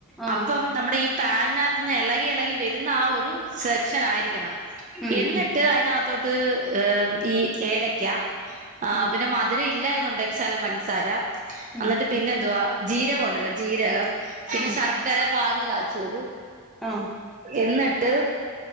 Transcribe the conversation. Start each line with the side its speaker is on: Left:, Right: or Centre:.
Centre: ആഹ്
Right: അപ്പം നമ്മുടെ ഈ പാന് നകത്ത്ന്ന് ഇളകി ഇളകി വരുന്ന ആ ഒരു സെക്ഷൻ ആയിരിക്കണം
Centre: ഉം
Right: എന്നിട്ട്
Centre: ഉം
Right: അയനകത്തോട്ട് ഏഹ് ഈ ഏലക്ക ആ
Centre: ആഹ്
Right: പിന്നെ മധുര ഇല്ല എന്നുണ്ടെങ്കിൽ ശലം പഞ്ചസാര
Centre: ഉം
Right: എന്നിട്ട് പിന്നെന്തുവാ ജീരകം ഉണ്ടല്ലോ ജീരകം പിന്നെ
Centre: ഉം
Right: ശർക്കര പാനീ കാച്ചിയത്
Centre: ആഹ്
Right: എന്നിട്ട്